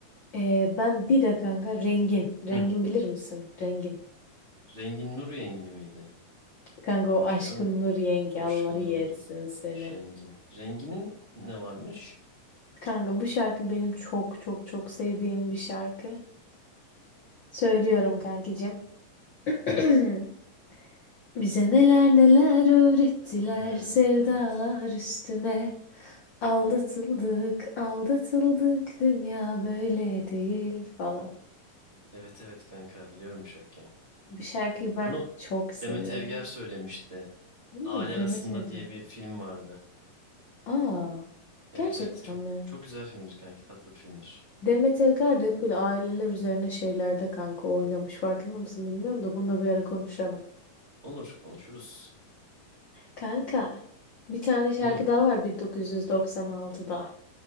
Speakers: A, on the left; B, on the right.
A: Ee, ben bir de kanka Rengin. Rengin
B: Hı.
A: bilir misin? Rengin.
B: Rengin Nur yengi miydi?
A: Kanka
B: Öyle
A: o
B: bir
A: aşkın
B: şey var mıydı?
A: Nur Yengi
B: Oşkun
A: Allah iyi
B: Nur'du.
A: etsin seni.
B: Rengin. Renginin ne varmış?
A: Kanka bu şarkı benim çok çok çok sevdiğim bir şarkı. Söylüyorum kankicim. <clears throat>
B: Hı.
A: Bize neler neler öğrettiler
B: He,
A: sevdalar
B: evet.
A: üstüne. Aldatıldık, aldatıldık, dünya böyle değil falan.
B: Evet evet kanka biliyorum bu şarkıyı.
A: Bu şarkıyı ben
B: Bunu
A: çok seviyorum.
B: Demet Evger söylemişti.
A: Hmm,
B: Aile
A: Demet
B: Arasında
A: Evgar.
B: diye bir film vardı.
A: Aa,
B: Evet
A: gerçekten
B: evet çok
A: mi?
B: çok güzel filmdir kanki tatlı bir filmdir.
A: Demet Evgar da hep böyle aileler üzerine şeylerde kanka oynamış. Farkında mısın bilmiyorum da bunu da bir ara konuşalım.
B: Olur konuşuruz.
A: Kanka, bir tane şarkı
B: Hı.
A: daha var 1996'da.